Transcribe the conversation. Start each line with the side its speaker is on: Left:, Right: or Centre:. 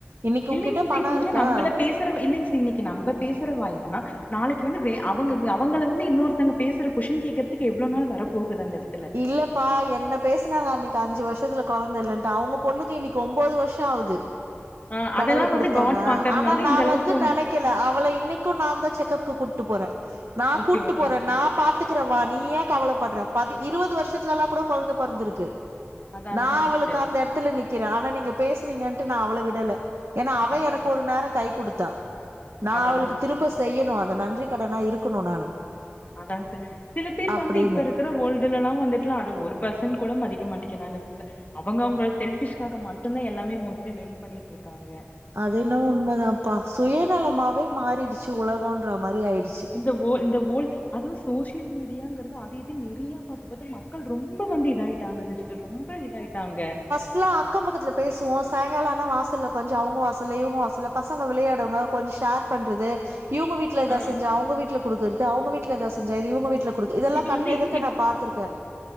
Right: இன்னைக்கு
Left: இல்லைங்
Right: உன்கிட்ட
Left: சீஸ்
Right: பணோ
Left: இப்ப வந்து
Right: இருக்கா
Left: நம்மள பேசுற இல்லைங்க சீஸ் இன்னைக்கு நம்ம பேசுற வாயி தா நாளைக்கு வந்து வேற அவங்க அவங்கள வந்து இன்னொருத்தவங்க பேசுற கொஷின் கேக்குறதுக்கு எவ்வளவு நாள் வர போகுது அந்த அது
Right: இல்லப் பா என்ன பேசுனாங்க அன்னைக்கு அஞ்சு வருஷத்துல கொழந்த இல்லன்ட்டு அவங்க பொண்ணுக்கு இன்னைக்கு ஒம்போது வருஷோ ஆவுது
Left: ஆ
Right: கடவுள்
Left: அதெல்லா
Right: குடுத்தானா
Left: வந்து காட் பாக்கறனால
Right: ஆனா நா
Left: இந்த அளவுக்கு
Right: வந்து நெனைக்கல அவள இன்னைக்கும் நா தா செக்கப்க்கு கூப்ட்டு போறே நா
Left: ஓகே
Right: கூட்டு
Left: ஓகேங்
Right: போறே நா பாத்துக்கறவா நீ ஏ கவலைப்படுற பதி இருபது வருஷத்துலல்லா கூட கொழந்த பொறந்திருக்கு
Left: அதா அதாங்
Right: நா அவளுக்கு
Left: சிஸ்டர்
Right: அந்த எடத்துல நிக் நிக்கிற ஆனா நீங்க பேசுனீங்கட்டு நா அவள விடல ஏன்னா அவ
Left: அதா அதா
Right: ஒரு நேரோ கை குடுத்தா நா
Left: அதா
Right: அவளுக்கு
Left: அதாங்
Right: திரும்ப செய்யணு அத நன்றி கடனா இருக்கணு நானு
Left: அதாங்க சார் சில பேர்
Right: அப்டின்னு
Left: வந்து இப்ப இருக்கிற ஓல்டு துலல்லா வந்துட்டுலா அத ஒரு பர்சன் கூட மதிக்க மாட்டிக்கிறாங்க சிஸ்டர் அவங்க அவங்களோட செல்பிஷ்காக மட்டுமே எல்லாமே மோஸ்ட்லி லேன் பண்ணிட்டு இருக்காங்க
Right: அதென்னவோ உண்மதாம்ப்பா சுயநலமாவே மாறிடுச்சு உலகன்ற மாரி ஆயிடுச்சு
Left: இந்த வோல் இந்த வோல் அதும் சோசியல் மீடியாங்கிறது அத இதுன் நெறைய பாத்து பாத்து மக்கள் ரொம்ப வந்து இதாயிட்டாங்க சிஸ்டர் ரொம்ப இதாயிட்டாங்க
Right: இஃபல்லா அக்கம் பக்கத்தில பேசுவோ சாயங்காலோ ஆனா வாசல்ல கொஞ்சோ அவங்க வாசல்ல இவங்க வாசல்ல பசங்க விளையாடுவங்க கொஞ்ச ஷேர் பண்றது இவங்க வீட் வீட்ல எதாவ
Left: ஆ
Right: செஞ்சா அவங்க வீட்டுல குடுக்கறது அவங்க வீட்டுல எதா செஞ்சா இவங்க வீட்டுல குடுக்கு இதெல்ல
Left: இப்ப
Right: கண்ணெதிர்க்க
Left: வந்து இப்
Right: நா பாத்துருக்கே